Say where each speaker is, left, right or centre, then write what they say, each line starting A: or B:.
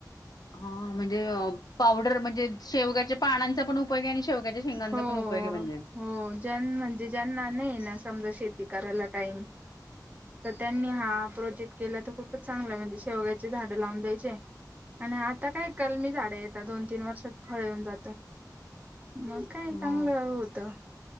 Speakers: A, on the left; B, on the right.
A: हा म्हणजे अ पावडर म्हणजे शेवग्याच्या पानांचा पण उपयोग ये आणि शेवग्याच्या शेंगांचा
B: हो
A: पण उपयोग ये म्हणजे
B: हो ज्यां म्हणजे ज्यांना नाई ना समजा शेती करायला टाईम त त्यांनी हा प्रोजेक्ट केलं तर खूपच चांगलंय म्हणजे शेवग्याचे झाडं लावून द्यायचे आणि आता काय कलमी झाडं येतात दोन तीन वर्षात फळ येऊन जात. मग काय
A: हो.
B: चांगलं होत.